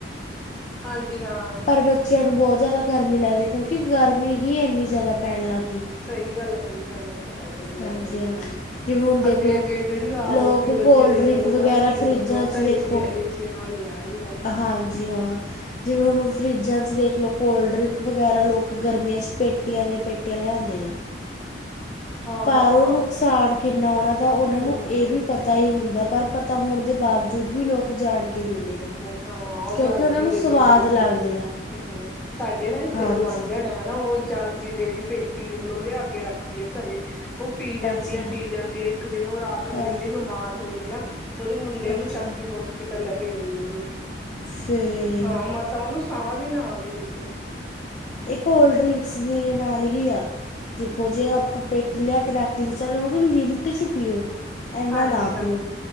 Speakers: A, in the centre; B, on the left (about 40°).
A: ਹਾਂਜੀ ਹਾਂ।
B: ਪਰ ਬੱਚਿਆਂ ਨੂੰ ਬੋਤ ਜਾਦਾ ਗਰਮੀ ਲਾਗਦੀ, ਕਿਉਂਕਿ ਗਰਮੀ ਹੀ ਏਨੀ ਜਾਦਾ ਪੈਣ ਲਾੱਗ ਗੀ।
A: ਸਈ ਗੱਲ ਏ, ਸਈ ਗੱਲ ਏ। ਹੈ ਤੁਹਾਡੀ ਗੱਲ
B: ਹਾਂਜੀ
A: ਮੰਨਣ
B: ਹਾਂ
A: ਵਾਲੀ,
B: ਜਿਵੇਂ ਹੁਣ ਦੇਖ
A: ਅੱਗੇ-ਅੱਗੇ
B: ਲਓ
A: ਜੇੜੀ ਵਾ ਆਊਗੀ
B: ਲੋਕ
A: ਬੱਚੇ
B: ਕੋਲਡ
A: ਦੇਖਲੋ
B: ਡਰਿੰਕ ਵਗੈਰਾ
A: ਔਨਾ ਦਾ ਕੀ
B: ਫਰਿੱਜਾਂ
A: ਬਣੂਗਾ।
B: 'ਚ
A: ਤਾਂ
B: ਦੇਖੋ
A: ਏਸੀ-ਏਸਿਆ ਨਾਲ ਹੀ ਰੈਣਗੇ ਸਾਰੇ।
B: ਹਾਂਜੀ ਹਾਂ ਜਿਵੇਂ ਹੁਣ ਫਰਿੱਜਾਂ 'ਚ ਦੇਖ ਲੋ, ਕੋਲਡ-ਡਰਿੰਕ ਵਗੈਰਾ ਲੋਕ ਗਰਮੀਆਂ 'ਚ ਪੇਟੀਆਂ ਦਿਆਂ ਪੇਟ <unintelligible> ਲਿਆਨਦੇ ਨੇ।
A: ਹਾਂ-ਹਾਂ
B: ਪਰ ਔ ਨੁਕਸਾਨ ਕਿੰਨਾ ਔਨਾਂ ਦਾ, ਔਨਾਂ
A: ਹੂੰ-ਹੂੰ
B: ਨੂੰ ਇਹ ਵੀ ਪਤ ਤਾਈ ਹੁੰਦਾ, ਪਰ ਪਤਾ ਹੋਣ ਦੇ ਬਾਵਜੂਦ ਵੀ ਲੋਕ ਜਾਣਕੇ ਪੀਂਦੇ ਨੇ,
A: ਹਾਂ ਉਹ
B: ਕਿਉਂਕਿ
A: ਜਲ
B: ਔਨਾਂ
A: ਜੀਰੇ
B: ਨੂੰ ਸਵਾਦ
A: ਦੀਆਂ ਪੇਟੀਆਂ
B: ਲਗਦੇ ਆ।
A: ਹੂੰ -ਹੂੰ ਸਾਡੇ ਨਾ ਏਥੇ
B: ਹਾਂਜੀ
A: ਗਵਾਂਢਣ ਏ, ਨਾ ਔ ਜਾਲਜੀਰੇ ਦੀ ਪੇਟੀ, ਦੇ ਗਲੋਲੇ ਆਕੇ ਰਾੱਖ ਖਰੇ ਆ ਘਰੇ, ਔ ਪੀ ਜਾਂਦੀ
B: ਅੱਛਾ
A: ਏ, ਪੀ ਜਾਂਦੀ ਏ, ਇੱਕ ਦਿਨ, ਔ ਰਾਤ ਨੂੰ
B: ਹਾਂਜੀ
A: ਇੰਨੀ ਬਿਮਾਰ ਹੋ ਗੀ ਨਾ। ਉਹਦੇ ਮੁੰਡੇ ਉਨੂੰ
B: ਅੱਛਾ
A: ਚੱਕ ਕੇ ਹੋ ਹੋਸਪਿਟਲ, ਲੈ ਕੇ ਗਏ ਦੇਖਲੋ,
B: ਫਿਰ
A: ਹਾਂ ਮਸਾਂ ਉਹਨੂੰ ਸਾਹ ਵੀ, ਨਾ ਆਵੇ ਦੇਖਲੋ।
B: ਇਹ ਕੋਲਡ ਡ੍ਰਿੰਕਸ, ਦੇ ਨਾਲ ਹੀ ਆ। ਦੇਖੋ ਜੀ, ਆਪਾਂ ਪੇਟੀ ਲਿਆ ਕੇ ਰਖ ਲੀ, ਚਲੋ ਓਨੁ ਲਿਮਟ ਚ ਪੀਓ। ਇੰਨਾ
A: ਹਾਂਜੀ
B: ਨਾ
A: ਹਾਂ
B: ਪੀਓ,